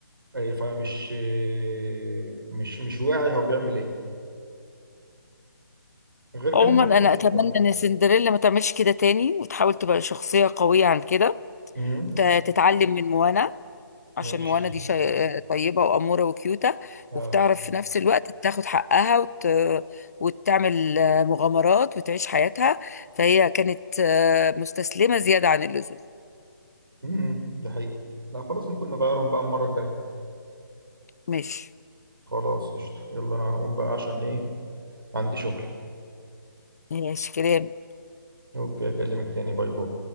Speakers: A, on the right; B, on the left.
A: فمش آه، مش مش واعي هو بيعمل ايه غير
B: عموما
A: كده ما اعتقدش
B: انا اتمنى
A: بصراحه
B: ان سندريلا ما تعملش كده تاني وتحاول تبقى شخصيه قويه عن كده
A: امم
B: ت- تتعلم من موانا عشان
A: ماشي
B: موانا دي شي... طيبه واموره وكيوته
A: اه
B: وبتعرف في نفس الوقت تاخد حقها وت... وتعمل مغامرات وتعيش حياتها فهي كانت آه، مستسلمه زياده عن اللزوم
A: امم ده حقيقه لا خلاص ممكن نغيرهم بقى المره الجايه
B: ماشي
A: خلاص قشطة يلا انا هقوم بقى عشان ايه عندي شغل
B: ماشي كده
A: اوكي اكلمك تاني باي باي